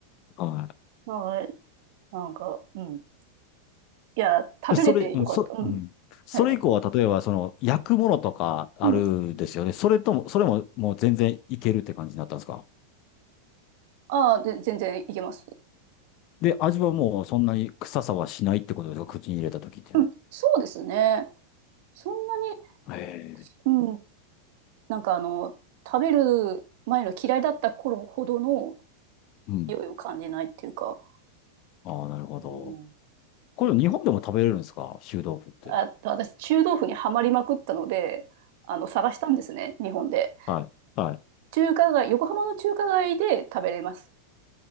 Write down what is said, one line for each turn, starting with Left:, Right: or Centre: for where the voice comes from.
Left: はい。
Right: はい。なんか、うん。いや、食べれてよかった。
Left: で、それ、うん、そ、
Right: うん。
Left: うん。それ以降は、
Right: はいはい。
Left: 例えば、その、焼くものとかあるんですよね。
Right: うん。
Left: それとも、それも、もう全然いけるって感じになったんですか
Right: ああ、で、全然いけます。
Left: で、味はもう、そんなに臭さはしないってことですか口に入れた時っていうの
Right: うん。そうですね。そんなに、
Left: は。へえ。
Right: うん。なんかあの、食べる前の嫌いだった頃ほどの
Left: うん。
Right: 匂いを感じないっていうか、
Left: ああ、なるほど。
Right: うん。
Left: これ、日本でも食べれるんですか臭豆腐って。
Right: あ、私、中豆腐にはまりまくったので、あの、探したんですね、日本で。
Left: はい。はい。
Right: 中華街、横浜の中華街で食べれます。